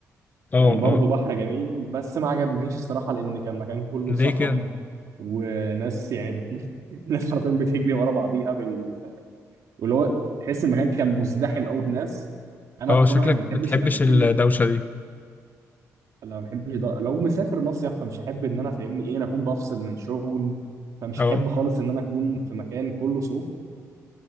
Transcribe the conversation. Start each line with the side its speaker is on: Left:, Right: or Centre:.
Left: أه
Right: كان برضو
Left: أه
Right: بحر جميل بس ما عجبنيش الصراحه لان كان مكان كله
Left: ليه
Right: صخب
Left: كده؟
Right: وناس يعني بت... <laughs> ناس حرفيا بتجري ورا بعضيها بال... واللي هو تحس المكان كان مزدحم قوي بناس انا
Left: أه
Right: بطبعي
Left: شكلك
Right: ما بحبش
Left: بتحبش
Right: الاماكن
Left: الدوشة دي
Right: انا ما بحبش ده. لو مسافر مصيف فمش هحب ان انا فاهمني ايه انا اكون بفصل من شغل فمش
Left: أه
Right: هحب خالص ان انا اكون في مكان كله صوت